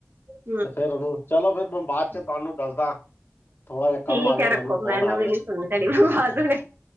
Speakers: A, on the right; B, on the left.
A: ਹ <inaudible>
B: ਤੇ ਫੇਰ ਓਨੂੰ ਚਲੋ ਫੇਰ ਮੈਂ ਬਾਦ ਚ ਤਾਨੂੰ ਦੱਸਦਾ, ਥੋੜਾ ਜੇਆ ਕਾੰਮ
A: ਠੀਕ
B: ਆ ਗੇਆ
A: ਹੈ ਰੱਖੋ
B: ਮੈਨੂੰ ਫੋਨ ਆ ਰੇਐ।
A: <unintelligible>